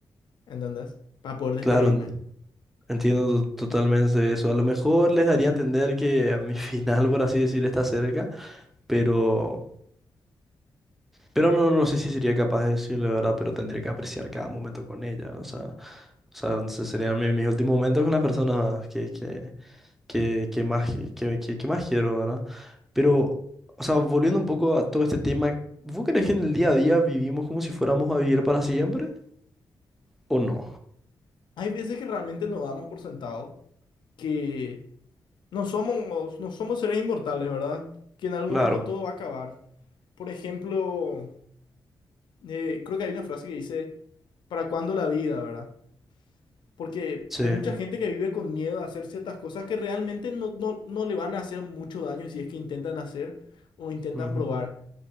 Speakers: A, on the left (about 65°); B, in the centre.
A: ¿entendés? Para poder despedirme.
B: claro. Entiendo to- totalmente eso. A lo mejor les daría a entender que a mi <laughs> final, por así decir, está cerca, pero, pero no, no sé si sería capaz de decirle, ¿verdad? Pero tendría que apreciar cada momento con ella. O sea, o sea, se- serían mi- mis últimos momentos con la persona que, que, que, que más, que, que, que más quiero, ¿verdad? Pero, o sea, volviendo un poco a todo este tema, ¿vos crees que en el día a día vivimos como si fuéramos a vivir para siempre? ¿O no?
A: Hay veces que realmente nos damos por sentado que No somos, no somos seres inmortales, ¿verdad? Que en algún
B: Claro.
A: momento todo va a acabar. Por ejemplo, eh, creo que hay una frase que dice, ¿para cuándo la vida, verdad? Porque
B: Sí.
A: hay mucha gente que vive con miedo a hacer ciertas cosas que realmente no, no, no le van a hacer mucho daño si es que intentan hacer o intentan
B: Ujú.
A: probar.